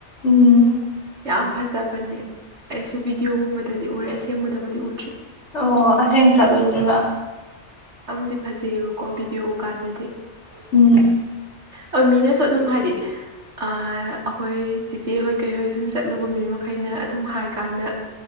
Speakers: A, on the left; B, on the right.
A: ꯎꯝ
B: ꯌꯥꯝ ꯐꯖ ꯕꯅꯦ ꯑꯩꯁꯨ ꯚꯤꯗꯤꯑꯣꯒꯨꯝꯕꯗꯗꯤ ꯎꯔꯦ ꯑꯁꯦꯡꯕꯗꯕꯨꯗꯤ ꯎ
A: ꯑꯣ ꯑꯁꯦꯡ ꯆꯠꯂꯨꯗ꯭ꯔꯤꯕ
B: ꯗꯤ ꯐꯖꯩꯌꯦꯕꯀꯣ ꯚꯤꯗꯤꯑꯣ ꯎ ꯀꯥꯟꯗꯗꯤ
A: ꯎꯝ
B: ꯑꫭ ꯃꯤꯅꯁꯨ ꯑꯗꯨꯝ ꯍꯥꯏꯗꯤ ꯑ ꯑꯩꯈꯣꯏ ꯆꯦꯆꯦ ꯍꯣꯏ ꯀꯩꯍꯣꯏ ꯁꯨꯝ ꯆꯠꯂꯨꯕ ꯃꯤ ꯃꯈꯩꯅ ꯑꯗꯨꯝ ꯍꯥꯏꯀꯥꯟꯗ